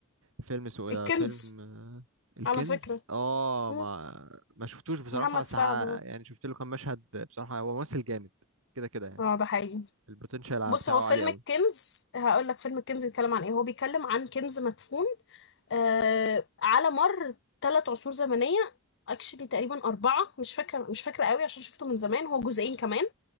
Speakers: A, on the right; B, on the left.
A: فيلم اسمه ايه
B: الكنز
A: ده فيلم آه، الكنز
B: على فكره
A: اه
B: مم.
A: ما ما شفتوش بصراحة
B: محمد
A: بس
B: سعد
A: ح... يعني شفت له كام مشهد بصراحة هو ممثل جامد كده كده يعني
B: اه ده حقيقي
A: البوتنشال
B: بص
A: بتاعه
B: هو فيلم
A: عالي قوي
B: الكنز هقول لك فيلم الكنز بيتكلم عن ايه هو بيتكلم عن كنز مدفون آه على مر ثلاث عصور زمنيه اكشلي تقريبا اربعه مش فاكره مش فاكره قوي عشان شفته من زمان هو جزئين كمان